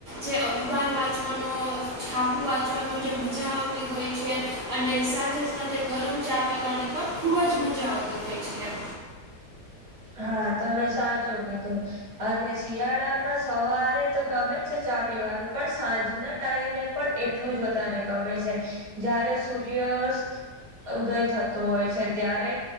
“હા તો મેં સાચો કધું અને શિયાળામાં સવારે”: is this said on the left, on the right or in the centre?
Right